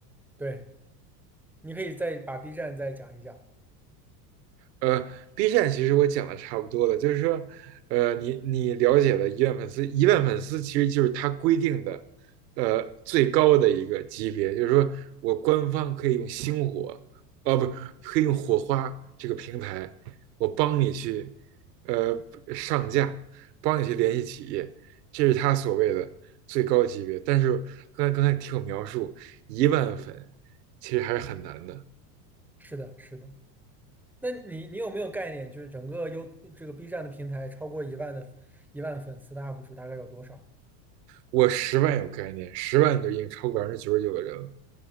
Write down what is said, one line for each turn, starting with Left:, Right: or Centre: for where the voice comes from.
Centre: 对，你可以再把 B 站再讲一讲。
Right: 呃，B 站其实我讲的差不多了，就是说，呃，你你了解的一万粉丝，一万粉丝其实就是它规定的，呃，最高的一个级别，就是说我官方可以用星火，哦、不，可以用火花这个平台，我帮你去，呃，上架，帮你去联系企业，这是他所谓的最高级别。但是刚才刚才你听我描述，一万粉其实还是很难的。
Centre: 是的，是的。那你你有没有概念，就是整个优这个 B 站的平台超过一万的一万粉丝的 UP 主大概有多少？
Right: 我十万有概念，十万都已经超过百分之九十九的人了，